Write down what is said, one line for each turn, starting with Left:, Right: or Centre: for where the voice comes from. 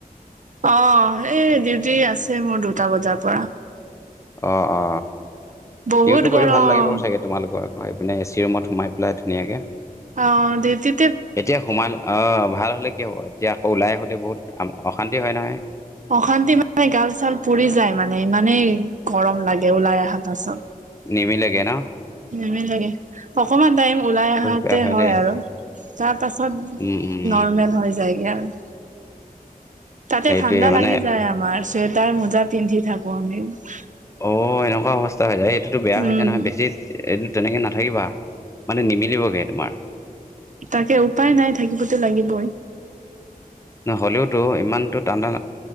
Right: অ এই ডিউটি আছে মোৰ দুটা বজাৰ পৰা।
Left: অ অ
Right: বহুত
Left: ইউটো
Right: গৰম
Left: কৰি ভাল লাগিব চাগে তোমালোকৰ এ চি ৰুমত সোমাই পেলাই ধুনীয়াকৈ।
Right: অ, দিদী।
Left: এতিয়া সোমাল অ ভাল হ'লে কি হ'ব এতিয়া আকৌ ওলাই আহোঁতে বহুত অশান্তি হয় নহয় <unintelligible>
Right: অশান্তি মানে গাল চাল পুৰি যায় মানে ইমানেই গৰম লাগে ওলাই অহাৰ পাছত,।
Left: নিেমিিলাগে না <unintelligible>
Right: মেমেন লাগে অকমান টাইম ওলাই আহাতে
Left: বেয়া
Right: হয়
Left: দেই
Right: আৰু তাৰ পাছত
Left: উম উম
Right: নৰ্মেল হৈ যায়গৈ আৰু, তাতে
Left: এইটোৱে
Right: ঠাণ্ডা
Left: মানে
Right: লাগি যায় আমাৰ চুৱেটাৰ মোজা পিন্ধি থাকো আমি <unintelligible>
Left: অ' এনেকুৱা অৱস্থা হৈ যায়, এইটোতো বেয়া
Right: উম
Left: হৈছে নহয় বেছিত এইটো তেনেকৈ নাথাকিবা মানে নিমিলিবগৈ তোমাৰ
Right: তাকে উপায় নাই থাকিবতো লাগিবই
Left: নহয় হ'লেওতো ইমানটো টাণ্ডা